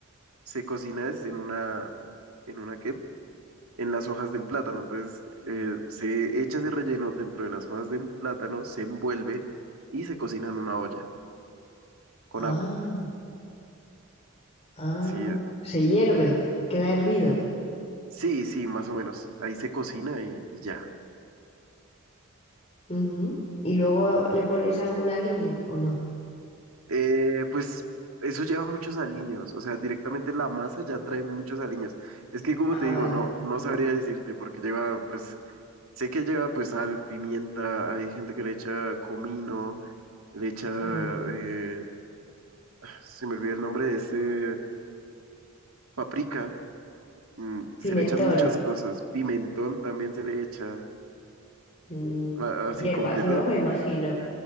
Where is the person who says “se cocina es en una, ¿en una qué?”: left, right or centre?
Right